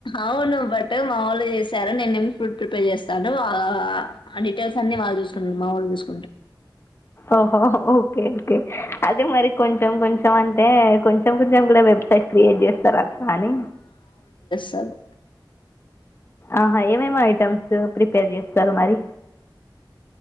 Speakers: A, on the left; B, on the left.
A: అవును బట్ మా వాళ్లు చేశారు నేనేమి ఫుడ్ ప్రిపేర్ చేస్తాను వా వా ఆ డిటెల్స్ అన్ని వాళ్ళు చూసుకుంటారు మావాళ్ళు చూ
B: ఓహో ఓకే ఓకే అదే మరి కొంచెం కొంచం అంటే కొం కొంచెం కొంచెం కూడా వెబ్సైట్ క్రియేట్ చేస్తార అట్లా అని
A: చాలు
B: ఆహా ఏమేం ఐటమ్స్ ఫ్రీ ప్రిపేర్ చేస్తారు మరి